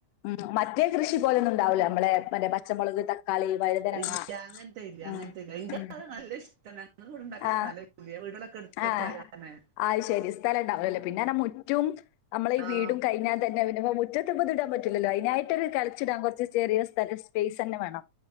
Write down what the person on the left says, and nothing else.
ഉം മറ്റേ കൃഷി പോലൊന്നും ണ്ടാവൂല മ്മളെ പര പച്ചമൊളക് തക്കാളി വഴുതന
ആ
ഉം
ഉം
ആ
ആ
ആഹ് ശരി സ്ഥലണ്ടാവൂലലെ പിന്നെന്നാ മുറ്റും നമ്മളെ ഈ
വീടും കഴിഞ്ഞാ തന്നെ അവര് തിപ്പോ മുറ്റത്ത്പ്പ ത്ടാൻ പറ്റുല്ലല്ലോ അയ്നായിട്ടൊരു കളച്ചിടാൻ കൊർച്ച് ചെറിയ സ്ഥല സ്പേയ്സെന്നെ വേണം